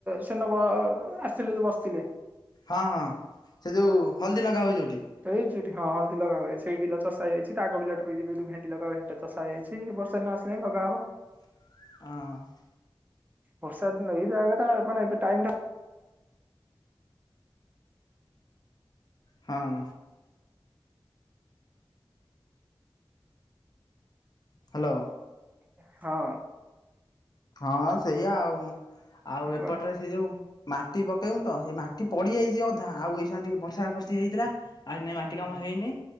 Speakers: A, on the right (about 20°); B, on the left (about 50°).
A: ସେ ନବ ଆସିଥିଲେ, ତ ବସିଥିଲେ
B: ହଁ, ହଁ, ସେ ଯୋଉ ହଳଦୀ ନଗା ହୁଏ ଯଉଠି
A: ଏଇଚି ସେଠି ହଁ ହଳଦୀ ଲଗା ହୁଏ, ସେଇ ବିଲ ଚଷା ହେଇଯାଇଛି, ତା ଆଗ ବିଲ ଟାବି <unintelligible> ଭେଣ୍ଡି ଲଗା ହୁଏ, ହେଟା ଚଷାହେଇ ଯାଇଛି। ବର୍ଷା ଇନ ଆସିଲାଇଁ ଲଗା ହବ।
B: ହଁ।
A: ବର୍ଷା ଦିନ, ଏଇ ଜାଗା ଟା ମାନେ, ଏବେ ଟାଇମ୍ ଟା
B: ହଁ। ହ୍ୟାଲୋ।
A: ହଁ।
B: ହଁ, ସେଇଆ ଆଉଁ। ଆଉ
A: ହଁ
B: ଏପଟରେ
A: ବା
B: ହେ ଯୋଉଁ ମାଟି ପକେଇବୁଁ ତ, ହେଇ ମାଟି ପଡିଯାଇଛି ଅଧା, ଆଉ ଏଇ ସୟାଁ ଟିକେ ବର୍ଷା ବର୍ଷି ହେଇଥିଲା। ଆଉ, ହେଇନେ ମାଟି
A: ହୁଁ
B: କାମ
A: ହୁଁ
B: ହେଇନେଇ